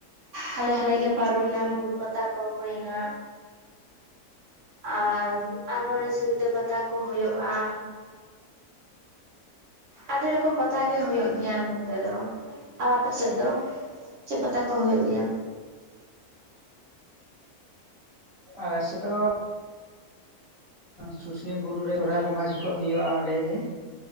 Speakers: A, on the right (about 60°); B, on the left (about 45°).
A: ᱦᱟᱞᱮ ᱦᱟᱞᱮ ᱜᱮ ᱯᱟᱨᱚᱢ ᱱᱟ ᱵᱩᱨᱩ ᱯᱟᱛᱟ ᱠᱚ ᱦᱩᱭᱱᱟ᱾ ᱟᱨ ᱟᱨᱦᱚᱸ ᱚᱱᱮ ᱥᱤᱞᱫᱟᱹ ᱯᱟᱛᱟ ᱠᱚ ᱦᱩᱭᱩᱜ-ᱟ᱾ ᱟᱹᱰᱤ ᱨᱚᱠᱚᱢ ᱯᱟᱛᱟ ᱜᱮ ᱦᱩᱭᱩᱜ ᱜᱮᱭᱟ ᱱᱚᱱ ᱛᱮ ᱫᱚ᱾ ᱟᱨ ᱟᱯᱮ ᱥᱮᱫ ᱫᱚ ᱪᱮᱫ ᱯᱟᱛᱟ ᱠᱚ ᱦᱩᱭᱩᱜ ᱜᱮᱭᱟ?
B: ᱟᱞᱮ ᱥᱮᱫ ᱫᱚ᱾ ᱥᱩᱥᱱᱤ ᱵᱩᱨᱩ ᱨᱮ ᱥᱚᱦᱚᱨᱟᱭ ᱵᱚᱸᱜᱟ ᱡᱚᱠᱷᱚᱡ ᱦᱳᱭᱳ-ᱟ ᱚᱸᱰᱮ ᱜᱮ᱾